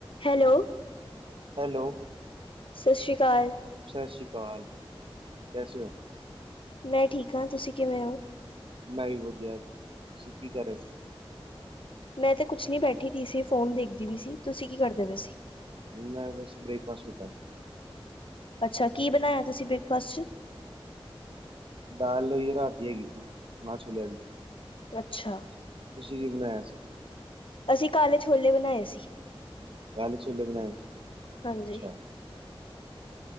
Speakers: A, on the left; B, on the right.
A: ਹੈਲੋ।
B: ਹੈਲੋ।
A: ਸ਼ਸ਼ੀ ਕਾਲ।
B: ਸ਼ਸ਼ੀ ਕਾਲ, ਕੈਸੇ ਹੋ?
A: ਮੈਂ ਠੀਕ ਆ। ਤੁਸੀਂ ਕਿਵੇਂ ਓ?
B: ਮੈਂ ਵੀ ਵਧੀਆ। ਤੁਸੀਂ ਕੀ ਕਰ ਰਹੇ ਸੀ?
A: ਮੈਂ ਤੇ ਕੁਛ ਨੀ ਬੈਠੀ ਦੀ ਸੀ, ਫੋਨ ਦੇਖਦੀ ਵੀ ਸੀ। ਤੁਸੀਂ ਕੀ ਕਰਦੇ
B: ਅੱਛਾ
A: ਵੈਸੇ?
B: ਮੈਂ ਬੱਸ ਬ੍ਰੇਕਫਾਸਟ ਕੀਤਾ ਸੀ।
A: ਅੱਛਾ ਕੀ ਬਣਾਇਆ ਤੁਸੀਂ ਬ੍ਰੇਕਫਾਸਟ 'ਚ'?
B: ਦਾਲ ਹੋਈ ਰਾਤ ਦੀ ਹੈਗੀ ਸੀ, ਮਾਹ-ਛੋਲਿਆ ਦੀ।
A: ਅੱਛਾ।
B: ਤੁਸੀਂ ਕੀ ਬਣਾਇਆ ਸੀ?
A: ਅਸੀਂ ਕਾਲੇ ਛੋਲੇ ਬਣਾਏ ਸੀ।
B: ਕਾਲੇ ਛੋਲੇ ਬਣਾਏ ਸੀ,
A: ਹਾਂਜੀ,
B: ਅੱਛਾ।